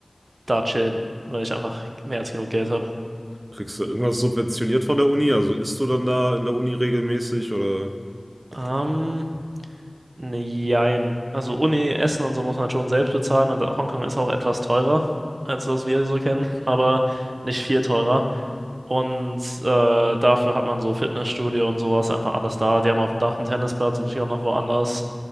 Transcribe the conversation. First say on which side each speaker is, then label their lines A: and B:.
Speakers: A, on the right; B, on the right.
A: da chillen, weil ich einfach mehr als genug Geld habe.
B: Kriegst du irgendwas subventioniert von der Uni? Also isst du dann da in der Uni regelmäßig oder?
A: Ähm, ne, Also Uni, Essen und so muss man schon selbst bezahlen und Hongkong ist auch etwas teurer, als was wir so kennen, aber nicht viel teurer. Und äh, dafür hat man so Fitnessstudio und sowas einfach anders da. Die haben auf dem Dach einen Tennisplatz und ich glaube noch woanders.